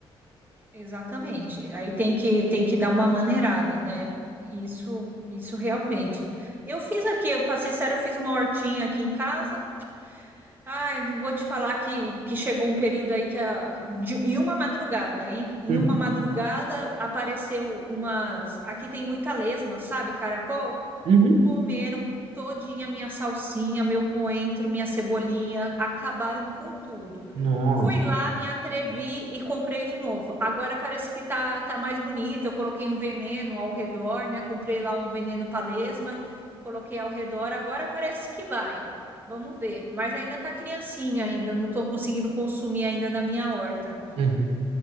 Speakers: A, on the right; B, on the right.
A: Exatamente. Aí tem que tem que dar uma maneirada, né? Isso isso realmente. Eu fiz aqui, eu passei sério, eu fiz uma hortinha aqui em casa. Ai, não vou te falar que, que chegou um período aí que a, de- em uma madrugada, hein? Em
B: Uhum,
A: uma madrugada apareceu umas. Aqui tem muita lesma, sabe, caracol?
B: uhum.
A: Comeram todinha minha salsinha, meu coentro, minha cebolinha, acabaram com tudo.
B: Nossa.
A: Fui lá, me atrevi e comprei de novo. Agora parece que tá, tá mais bonito. Eu coloquei um veneno ao redor, né? Comprei lá um veneno para lesma, coloquei ao redor, agora parece que vai. Vamos ver. Mas ainda tá criancinha ainda, não tô conseguindo consumir ainda na minha horta.
B: Uhum.